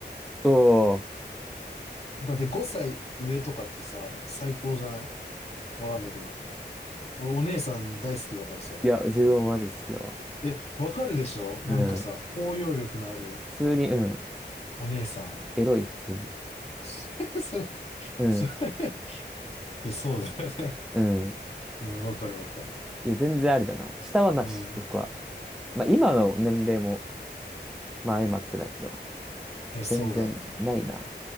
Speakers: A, in the centre; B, on the left (about 35°).
A: おー。
B: だって5歳上とかってさ、最高じゃないわかんないけど。俺お姉さん大好きだからさ。
A: いや、自分はマジ好きだわ。
B: え、わかるでしょなんかさ、
A: うん。普
B: 包容力のある
A: 通に、うん。
B: お姉さん。
A: エロい、普通に。
B: <laughs> それ、
A: うん。
B: それ、<laughs> え、そうだよね。
A: うん。
B: <laughs> うん、わかるわかる。
A: いや、全然ありだな。下はなし、
B: うん。
A: 僕は。まあ、今の年齢も、まあ、相まってだけど。
B: え、そうだね。
A: 全然ないな、